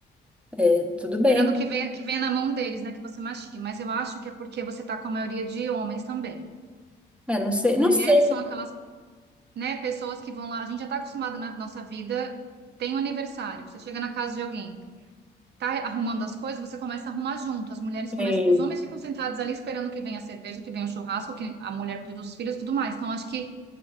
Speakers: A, in the centre; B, on the right (about 55°).
A: É, tudo
B: Esperando
A: bem.
B: que venha, que venha na mão deles, né, que você mastigue. Mas eu acho que é porque você está com a maioria de homens também.
A: É, não sei,
B: Mulheres
A: não sei.
B: são aquelas, né, pessoas que vão lá. A gente já está acostumado na nossa vida. Tem um aniversário, você chega na casa de alguém, tá arrumando as coisas, você começa a arrumar junto. As mulheres começam,
A: Sim,
B: os homens ficam sentados ali esperando que venha a cerveja, que venha o churrasco, que a mulher cuide dos filhos, e tudo mais. Então acho que